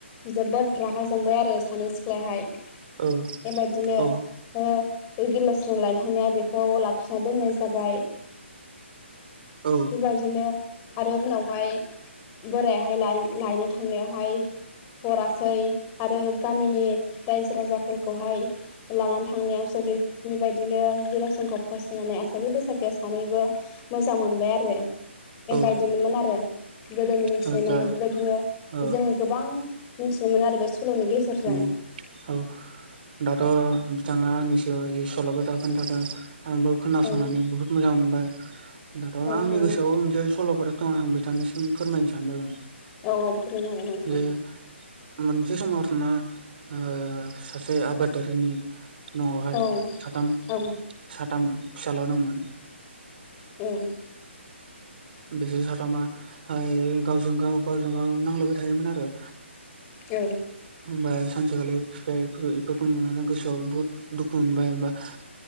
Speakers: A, on the left (about 25°); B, on the right (about 50°).
A: जोबोद रागा जोंबाय आरो सानै सिख्लायाहाय बेबायदिनो
B: औ औ
A: ओ बै गिलास्रां लानो थांनाया बेखौ लाखिना दोननाय जाबाय
B: औ
A: बेबायदिनो आरो उनावहाय बोरायाहाय लायनो थांनायावहाय हरासै आरो गामिनि रायजो राजाफोरखौहाय लानानै थांनायावसो बे बेबायदिनो गिलास्रोनखौ फसायनानै आसि बैसागिआ सानैबो मोजां मोनबाय आरो बेबायदिनोमोन
B: औ
A: आरो गोदोनि मिथिनो
B: आतसा
A: मोनो बेबायदिनो
B: औ
A: जोङो गोबां मिथिनो मोनो आरो बे सल'नि गेजेरजों
B: उम औ दाथ' बिथाङा सिगाङाव जि सल' बाथा खोनथादों आंबो खोनासंनानै
A: औ
B: बुहुत मोजां मोनबाय दाथ'
A: औ
B: आंनि
A: औ
B: गोसोआवबो मोनसे सल' बाथा दं आं बिथांनिसिम फोरमायनो सानदों
A: औ फोरमायनो हागोन नोंथां
B: जे मोनसे समावथ'नो ओ सासे आबादारिनि न'वावहाय
A: औ
B: साथाम
A: औ
B: साथाम फिसाल' दंमोन
A: उम
B: बिसोर साथामा ओइ गावजों गाव गावजों गाव नांलायबाय थायोमोन आरो
A: औ
B: ओमफाय सानसेखालि बिफाया इफोरखौ नुनानै गोसोआव बुहुत दुखु मोनबाय होमबा